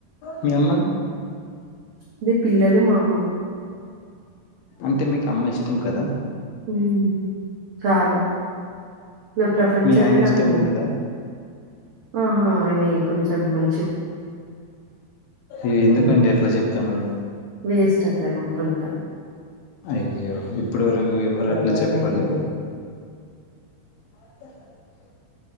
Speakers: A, on the left; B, on the right.
A: మీ అమ్మ
B: అది పిల్లలు మా అమ్మ
A: అంటే మీకు అమ్మ ఇష్టం కదా
B: మ్ చాలా నా ప్రపంచమే
A: మీ ఆయన
B: నా
A: ఇష్టం
B: పిల్లలు
A: ఉండదా
B: ఆహా ఆయనే కొంచెం మం
A: ఎ ఎందుకండి
B: వేస్ట్
A: అట్లా చెప్తతునరు
B: వేస్ట్ అతను కొంత
A: అయ్యో ఇప్పుడు వరకు ఎవ్వరు అట్లా
B: అలవాటయినాడు.
A: చెప్పలే <inaudible>